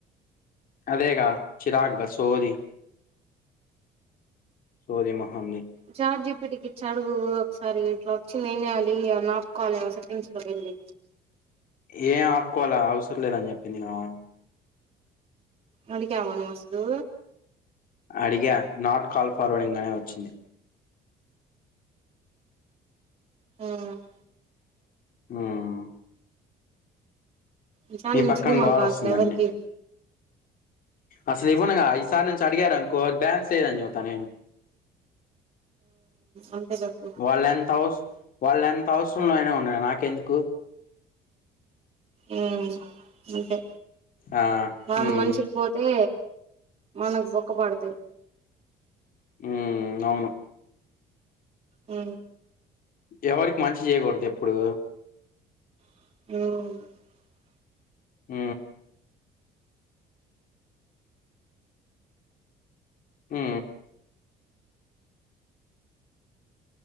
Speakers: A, on the left; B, on the right.
A: అదేగా చిరాగ్గా సోది సోది mehndi
B: chat G P T కి ఇచ్చి అడుగు ఒకసారి ఇట్లా వచ్చింది ఏం చేయాలి అ నొక్కాలేమో సెట్టింగ్స్ లోకి వెళ్ళి
A: ఏం ఆపుకోవాల అవసరం లేదని చెప్పింది ఆమె
B: అడిగావా నువ్వు అసలు
A: అడిగ నాట్ కాల్ ఫార్వర్డింగ్ అనే వచ్చింది
B: మ్మ్
A: మ్మ్
B: ఈ సారి నుంచి
A: పక్కన
B: మాకా
A: గోలొస్తుందండి.
B: అసలు ఎవరికి
A: అసలు ఇవ్వనగా ఈసారి నుంచి అడిగారునుకో బ్యాన్స్ లేదని చెప్తా నేను
B: అంతే చెప్పు
A: వాళ్ళెంత్ హౌస్ వాల్ ఎన్ కొత్త అవసరంలో అయినా ఉన్నా నాకెందుకు
B: ఆ అంతే
A: ఆ
B: వాళ్ళు
A: ఉమ్
B: మనిషికి పోతే మనకు బొక్క పడతుంది
A: ఉ అవును
B: ఆ
A: ఎవరికి మంచి చేయకూడదు ఎప్పుడు
B: అవును
A: ఆ హ